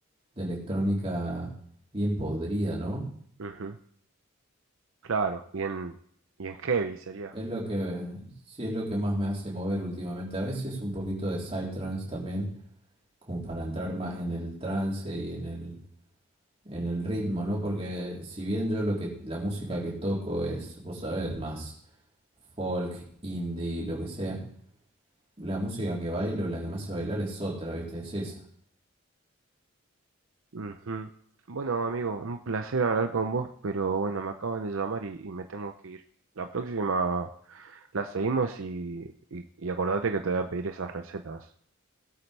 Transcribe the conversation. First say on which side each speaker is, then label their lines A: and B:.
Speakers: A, on the right; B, on the right.
A: de electrónica bien podrida, ¿no?
B: ujú, Claro, bien, bien heavy sería.
A: Es lo que, sí es lo que más me hace mover últimamente. A veces un poquito de psytrance también, como para entrar más en el trance y en el, en el ritmo, ¿no? Porque si bien yo lo que, la música que toco es, vos sabés, más folk, indie, lo que sea, la música que bailo, la que me hace bailar es otra, ¿viste? Es esa.
B: Ujú. Bueno, amigo, un placer hablar con vos, pero bueno, me acaban de llamar y, y me tengo que ir. La próxima la seguimos y, y, y acordate que te voy a pedir esas recetas.